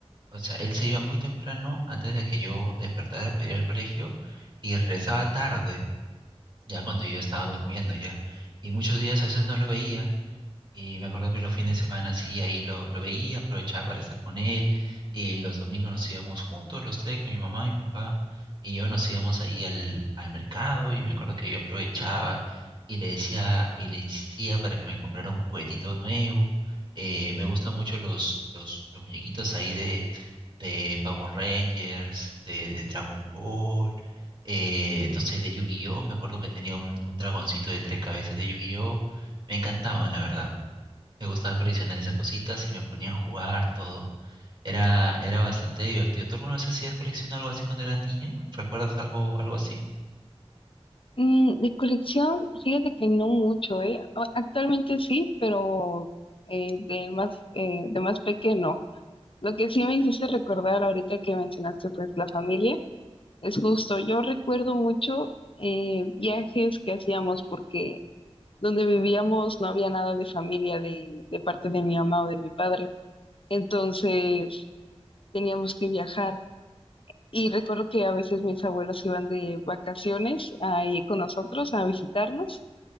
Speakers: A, on the right; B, on the left.
A: O sea, él se iba muy temprano antes de que yo despertara para ir al colegio y regresaba tarde, ya cuando yo estaba durmiendo ya. Y muchos días a veces no lo veía. Y me acuerdo que los fines de semana sí, ahí lo, lo veía, aprovechaba para estar con él. Y los domingos nos íbamos juntos, los tres, con mi mamá, mi papá y yo nos íbamos ahí al, al mercado. Y me acuerdo que yo aprovechaba y le decía y le insistía para que me comprara un juguetito nuevo. Eh, me gustan mucho los, los, los muñequitos ahí de, de Power Rangers, de, de Dragon Ball, eh, no sé, de Yu-Gi-Oh! Me acuerdo que tenía un, un dragoncito de tres cabezas de Yu-Gi-Oh! Me encantaban, la verdad. Me gustaba coleccionar esas cositas y me ponía a jugar todo. Era, era bastante divertido. ¿Tú alguna vez hacías colección o algo así cuando eras niña? ¿Recuerdas algo, algo así?
B: Mm, de colección, fíjate que no mucho, ¿eh? A- Actualmente sí, pero eh, de más, eh, de más pequeño. Lo que sí me hiciste recordar ahorita que mencionaste pues la familia, es justo, yo recuerdo mucho eh, viajes que hacíamos porque donde vivíamos no había nada de familia de, de parte de mi mamá o de mi padre. Entonces teníamos que viajar. Y recuerdo que a veces mis abuelos iban de vacaciones ahí con nosotros a visitarnos.